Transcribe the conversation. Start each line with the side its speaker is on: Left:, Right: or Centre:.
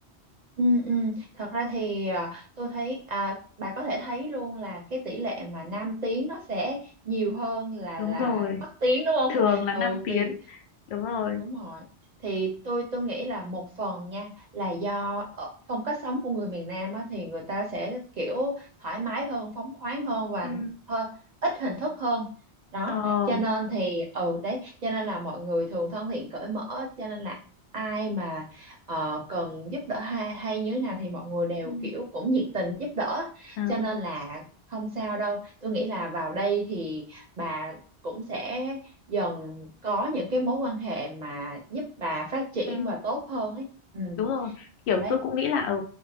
Right: Ừ, ừ. Thật ra thì à, tôi thấy à, bà có thể thấy luôn là cái tỷ lệ mà nam tiếng nó sẽ nhiều hơn là
Left: đúng
Right: là
Left: rồi
Right: bắc tiếng đúng không?
Left: thường là
Right: Ừ,
Left: năm tiếng
Right: vì
Left: đúng rồi
Right: Đúng rồi. Thì tôi tôi nghĩ là một phần nha là do ở phong cách sống của người miền Nam á, thì người ta sẽ kiểu thoải mái hơn, phóng khoáng hơn và
Left: ừ
Right: hơi ít hình thức hơn. Đó,
Left: ờ
Right: cho nên thì ừ đấy, cho nên là mọi người thường thân thiện cởi mở, cho nên là ai mà ờ, cần giúp đỡ hay hay như thế nào thì mọi người đều
Left: ừ
Right: kiểu cũng nhiệt tình giúp đỡ.
Left: ờ
Right: Cho nên là không sao đâu. Tôi nghĩ là vào đây thì bà cũng sẽ dần có những cái mối quan hệ mà giúp bà phát triển
Left: ừ
Right: và tốt hơn ấy ừ
Left: đúng rồi kiểu
Right: đấy
Left: tôi cũng nghĩ là ở